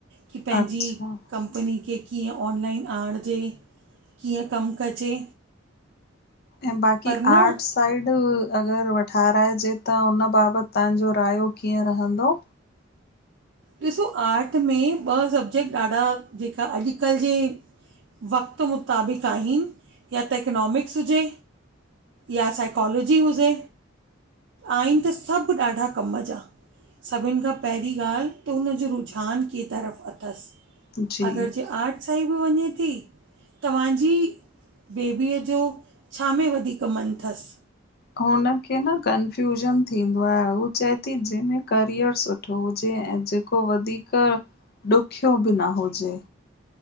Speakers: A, on the right; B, on the left.
A: की पंहिंजी
B: अच्छा
A: कंपनी खे कीअं ऑनलाइन आणिजे कीअं कमु कजे?
B: ऐं बाक़ी
A: पर न
B: आर्ट साइड अगर <unintelligible> ठाहराइजे त हुन बाबत तव्हांजो राय कीअं रहंदो?
A: ॾिसो आर्ट में ॿ सबजेक्ट ॾाढा जेका अॼकल्ह जे वक़्त मुताबिक़ आहिन या त इक्नॉमिक्स हुजे या साइकोलॉजी हुजे आहिन त सभ ॾाढा कम जा। सभिन खां पहिरीं ॻाल्ह त हुनजो रुझान के तरफ़ अथस।
B: जी
A: अगर जे आर्टसाईड बि वञे थी तव्हांजी बेबीअ जो छा में वधीक मन तस?
B: हुनखे न कंफ्यूजन थींदो आहे। हू चए थी जंहिंमें करियर सुठो हुजे। ऊं जेको वधीक ॾुखियो बि न हुजे।